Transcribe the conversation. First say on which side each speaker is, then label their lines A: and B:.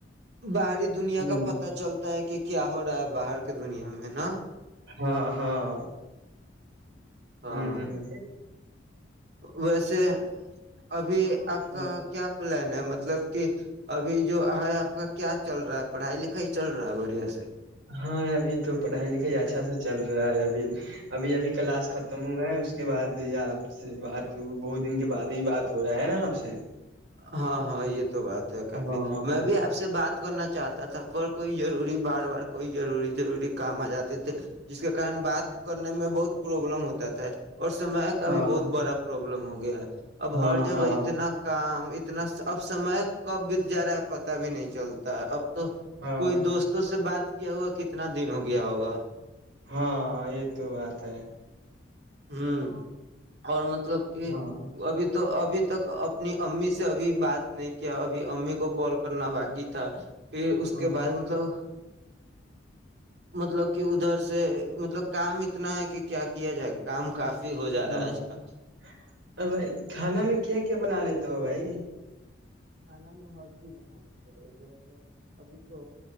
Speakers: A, on the right; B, on the right.
A: باہری دنیا
B: ہ
A: کا پتا چلتا ہے کہ کیا ہو رہا ہے باہر کی دنیا میں نا
B: ہاں ہاں
A: ہاں
B: ہوں ہوں
A: ویسے ابھی آپ
B: ہاں
A: کا کیا پلین ہے مطلب کہ ابھی جو آ آپ کا کیا چل رہا ہے پڑھائی لکھائی چل رہا ہے بڑھیا سے
B: ہاں ابھی تو پڑھائی لکھائی اچھا س چل رہی ر ابل <inaudible> ابھی ابھی کلاس ختم ہوا ہے اس کے بعد یہ آپ سے بات بہت دن کے بعد ہی بات ہو رہا ہے نا آپ سے
A: ہاں ہاں یہ تو بات ہے کافی
B: ہاں
A: میں بھی آپ سے بات کرنا چاہتا تھا پر کوئی ضروری بار بار کوئی ضروری ضروری کام آ جاتے تھے جس کے کارن بات کرنے میں بہت پروابلم ہوتا تھا اور سمے کا
B: ہاں
A: بھی بہت بڑا پرابلم ہوگا گ ہے <inaudible> اب
B: ہاں
A: ہر جگہ
B: ہاں
A: اتنا کام اتنا اب سمے کب بیت جا رہا ہے پتا بھی نہیں چلتا ہے اب تو
B: ہاں
A: کوئی دوستوں سے بات کیا ہوا کتنا دن ہو گیا ہوگا
B: ہاں یہ تو بات ہے <unintelligible>
A: ہوں اور مب <unintelligible> مطلب کہ
B: ہاں
A: ابھی تو ابھی تک اپنی امی سے اب بات نہیں کیا ابھی امی کو کال کرنا باقی تھا پھر اس
B: ہاں
A: کے بعد مطلب مطلب کہ ادھر سے مطلب کام اتنا ہے کہ کیا کیا جائے کام کافی ہو جا
B: ہاں
A: رہا ہے آج کل
B: بھائی کھانا میں کیا کیا بنا لیتے ہو بھائی
A: کھانا میں ہر چیز بنا لیتے ہیں جیسے ابھی تو